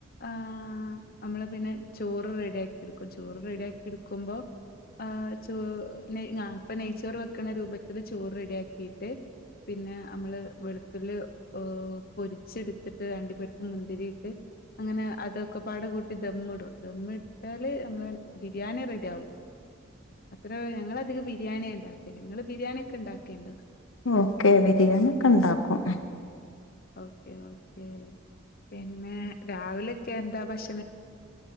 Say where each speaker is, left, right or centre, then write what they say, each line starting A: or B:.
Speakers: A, on the left; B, on the left.
A: ആ അമ്മള് പിന്നെ ചോറ് റെഡിയാ എടുക്കും ചോറ് റെഡിയാക്കി എടുക്കുമ്പോ ആ ചോ നെയ് ആ പ്പ നെയ്ച്ചോറ് വെക്കണ രൂപത്തിൽ ചോറ് റെഡിയാക്കിയിട്ട് പിന്നെ അമ്മള് വെളുത്തുള്ളി ഓ പൊരിച്ചെടുത്തിട്ട് അണ്ടിപരിപ്പ് മുന്തിരിട്ട് അങ്ങനെ അതൊക്കെ പാടകൂട്ടി ദമ്മിടും ദമ്മി ഏല് അമ്ളെ ബിരിയാണി റെഡിയാവും അത്ര ഞങ്ങള് അധികം ബിരിയാണിയ ഇണ്ടാക്കല് ങ്ങള് ബിരിയാണി ഒക്കെ ണ്ടാക്കേണ്ടോ
B: ഓക്കെ ബിരിയാണി ഒക്കെ ണ്ടാക്കും
A: ഓക്കെ ഓക്കേ പിന്നെ രാവിലെയൊക്കെ എന്താ ഭക്ഷ